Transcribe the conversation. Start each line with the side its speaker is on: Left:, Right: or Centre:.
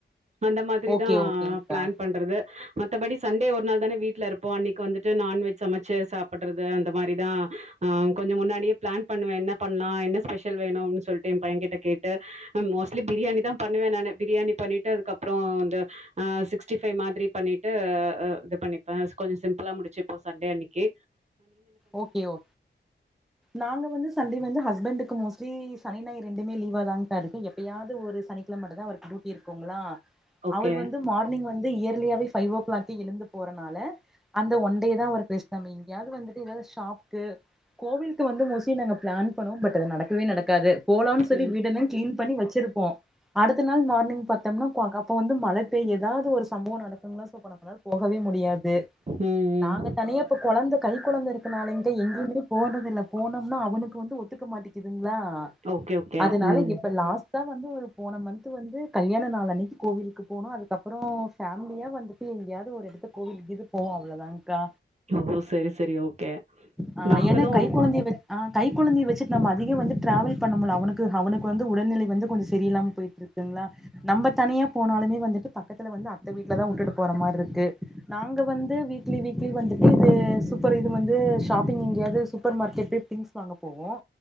Right: அந்த மாத்ரி
Centre: ஓகே
Right: தா
Centre: ஓகேங்க்கா
Right: ப்ளான் பண்றது மத்தபடி ஒரு நாள் தான வீட்ல இருப்போ அன்னைக்கு வந்துட்டு நான்வெஜ் சமைச்சு சாப்பிட்றது அந்த மாரி தா ஆஹ் கொஞ்சோ முன்னாடியே ப்ளான் பண்ணுவே என்ன பண்லாம் என்ன ஸ்பெஷல் வேணு அப்டின்னு சொல்ட்டு என் பையன்கிட்ட கேட்டு ம் மோஸ்ட்லி ப்ரியாணி தா பண்ணுவேன் நானு ப்ரியாணி பண்ணிட்டு அதுக்கப்புறம் வந்து ஆஹ் சிக்ஸ்டி ஃபைவ் மாத்ரி பண்ணிட்டு ஹ இது பண்ணிப்பே கொஞ்சோ சிம்பிளா முடிச்சுப்போ சண்டே அன்னைக்கி
Centre: ஓகே ஓ நாங்க வந்து சண்டே வந்து ஹஸ்பண்ட்டுக்கு மோஸ்ட்லி சனி ஞாயிறு ரெண்டுமே லீவா தாங் அது எப்பயாவது ஒரு சனிக்கிழ மட்டு தா அவருக்கு டியூட்டி இருக் போங்களா
Right: ஓகே.
Centre: அவர் வந்து மார்னிங் வந் ந்து இயர்லியாவே பைவ் ஓ கிளாக்கே எழுந்து போறனால அந்த ஒன்டே தா அவ்ருக்கு ரெஸ்ட் <unintelligible> எங்கயா வந்துட் எங்கியாது ஷாப்க்கு கோவிலுக்கு வந்து மோஸ்ட்லி நாங்க ப்ளான் பண்ணுவோ பட் அது நடக்கவே நடக்காது போலாம்னு சொல்லி
Right: ம்.
Centre: வீடெல்லாம் கிளின் பண்ணி வச்சு சிருப்போ அடுத்த நாள் மார்னிங் பாத்தம்னா <unintelligible> அப்ப வந்து மழ பெய்ய ஏதாது ஒரு சம்பவம் <unintelligible> சோ அப்ப நம்மளால போகவே முடியாது
Right: ம், ம்.
Centre: நாங்க தனியா இப்ப கொழந்த கை கொழந்த இருக்கனாலங்க எங்கயுமே போறதில்ல போனம்னா அவ்னுக்கு வந்து ஒத்துக்க மாட்டேக்குதுங் கிலா
Right: ஓகே, ஓகே.
Centre: அதனால
Right: ம்.
Centre: இப்ப லாஸ் சா வந்து ஒரு போன மந்த் வந்து கல்யாணம் நாள் அன்னைக்கி கோவிலுக்கு போனம் அதுக்கப்பறோ பேமிலியா வந்துட் சி எங்கியது து ஒரு எடத்துக் கோவில் <unintelligible> போவம் அவ்ளோ தாங் கா
Right: <unintelligible> சரி ஓகே
Centre: ஆ
Right: நாங்களும்
Centre: ஏன்னா கை கொழந்தைய வச் ஆ கை கொழந்தைய வச்சிட்டு நம்ம அதிகம் வந்து டிராவல் பண்ண முடில அவனுக்கு அவனுக்கு வந்து உடல்நிலை வந்து கொஞ்ச சரியில்லாம போயிட்டு இருக்கு <unintelligible> நம்ம தனியா போனாலுமே வந்துட்டு பக்கத்துல வந்து அத்தை வீட்லதான் விட்டுட்டு போற மாறி இருக்கு நாங்க வந்து வீக்லி வீக்லி வந்துட்டு <unintelligible> அப்றம் இது வந்து ஷாப்பிங் எங்கயாது சூப்பர் மார்கெட் திங்ஸ் வாங்க போவோம்